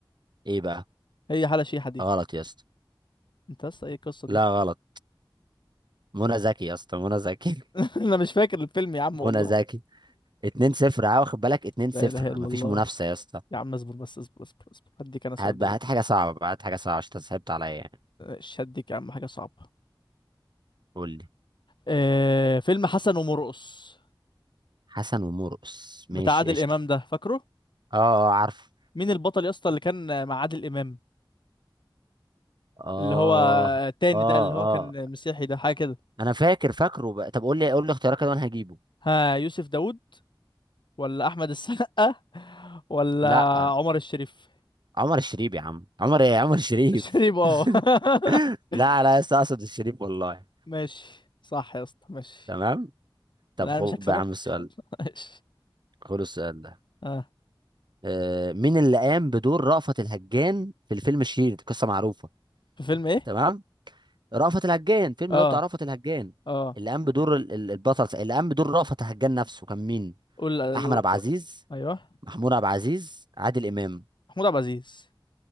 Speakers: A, on the right; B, on the left.
A: ايه بقى
B: هي حالة شيحة دي
A: غلط يا اسطى
B: انت يا اسطى ايه القصة
A: لا
B: دي
A: غلط منى زكي يا اسطى منى زكي
B: <laughs> انا مش فاكر الفيلم يا عم
A: <laughs>
B: والله
A: منى زكي 2 0 اه واخد بالك 2
B: لا
A: 0
B: اله الا
A: مفيش
B: الله
A: منافسه يا اسطى
B: يا عم اصبر بس اصبر اصبر اصبر هديك انا سؤال
A: هات بقى
B: دلوقتي
A: هات حاجه صعبه بقى هات حاجه صعبه عشان انت صعبت عليا يعني
B: شدك يا عم حاجة صعبة
A: قول لي
B: آه فيلم حسن ومرقص
A: حسن ومرقص ماشي
B: بتاع عادل
A: قشطه
B: إمام ده فاكره
A: اه اه عارف
B: مين البطل يا اسطى اللي كان مع عادل إمام
A: اه
B: اللي هو التاني
A: اه
B: ده اللي هو
A: اه
B: كان مسيحي ده حاجة كده
A: انا فاكر فاكره بقى طب قول لي قول لي اختيارات كده وانا هجيبه
B: ها يوسف داوود ولا أحمد السقا ولا
A: لا
B: عمر الشريف
A: عمر الشريف يا عم عمر ايه عمر الشريف
B: الشريف اه
A: <laughs>
B: <laughs>
A: لا لا يا اسطى اقصد الشريف والله
B: ماشي صح يا اسطى ماشي
A: تمام طب
B: انا
A: خد
B: أنا مش هكسبك
A: بقى يا عم السؤال
B: <laughs> ماشي
A: خد السؤال ده
B: اه
A: آه، مين اللي قام بدور رأفت الهجان في الفيلم الشهير دي قصة معروفة
B: في فيلم ايه
A: تمام رأفت الهجان فيلم
B: اه
A: اللي هو بتاع رأفت الهجان
B: اه
A: اللي قام بدور ال- ال- البطل اللي قام بدور رأفت الهجان نفسه كان مين
B: قول قول-
A: أحمد عبد العزيز
B: قول- ايوه
A: محمود عبد العزيز عادل إمام
B: محمود عبد العزيز